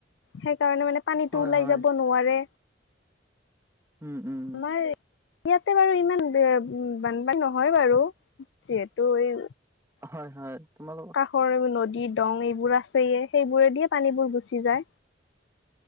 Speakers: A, on the left; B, on the right.
A: সেইকাৰণে মানে পানীটো
B: হয়
A: ওলাই
B: হয়
A: যাব নোৱাৰে,
B: উম উম
A: আমাৰ ইয়াতে বাৰু ইমান বানপানী নহয় বাৰু যিহেতু এই
B: হয় হয়, তোমালোক
A: কৰ নদী দং এইবোৰ আছেইয়ে সেইবোৰে দিয়ে পানীবোৰ গুচি যায়।